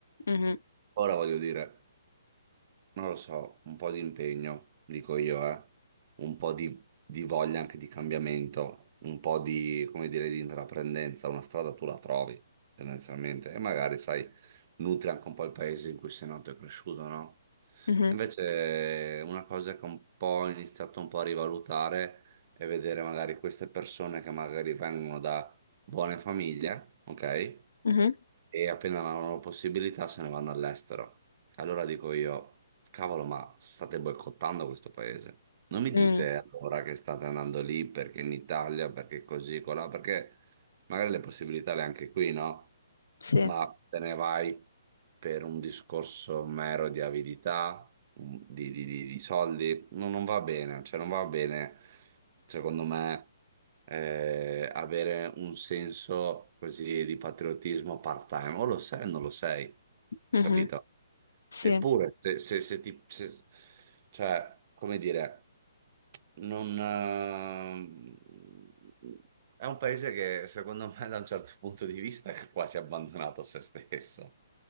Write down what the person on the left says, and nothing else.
mhm,
mhm,
mhm,
mm,
sì,
mhm,
sì,